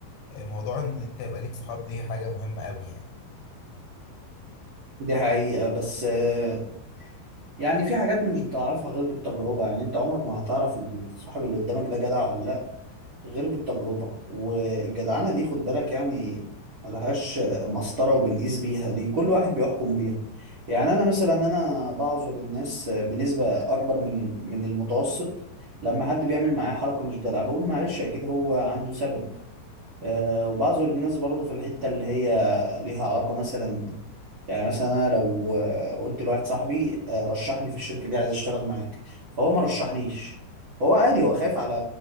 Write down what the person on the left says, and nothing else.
آه، موضوع إن أنت يبقى ليك صحاب دي حاجة مهمة أوي يعني.